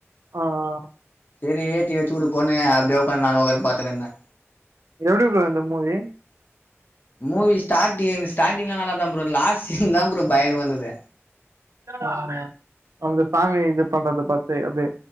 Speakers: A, on the right; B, on the left.
A: அ அ
B: செரி ஏத்தி வச்சு குடுப்போனு அப்டே உக்காந்து நானு உக்காந்து பாத்துனு இருந்தே
A: எப்டி ப்ரோ அந்த மூவி
B: மூவி ஸ்டார்டி ஸ்டார்ட்டிங்லா நல்லாதா ப்ரோ லாஸ்ட் சீன்தா ப்ரோ பயங்கரமா இருந்துது
A: அ அந்த சாமி இது பண்றத பாத்து அப்டி